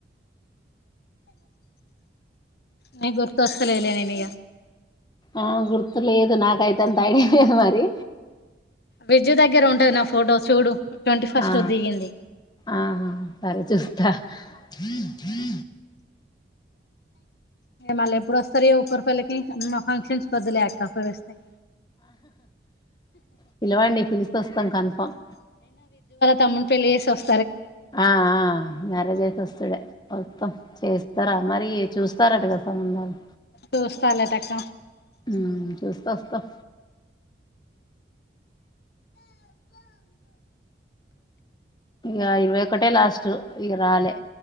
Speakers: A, on the left (about 60°); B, on the left (about 25°).
A: న గుర్త వస్తస్తలే ఇలే నేనుగ
B: ఆ గుర్తులేదు నాకు రైత తాడి అద మరి
A: బ్రిడ్జ్ దగ్గర ఉంటుది నా ఫోటో చూడు ట్వంటీ ఫస్ట్
B: ఆ
A: దిగింది
B: ఆహ సరే చూస్తా ీ
A: మళ్ళీ ఎప్పుడు వస్తారు ఈ ఉప్పరపల్లికి ఫంక్షన్స్ వద్దలే అక్క పరుస్తాయి
B: పిలవండి పిలుస్త వస్తాం కన్ఫామ్
A: తమను పెళ్లి చేసి వస్తా
B: ఆ ఆ మ్యారేజ్యితే వస్తుడే చేస్తారా మరి చూస్తారట కదా సంబంధాలు
A: చూస్తాలటక్క
B: ఉమ్ చూస్తే వస్తాం ఇక ఇరవై ఒకటే లాస్ట్ ఈగ రాలే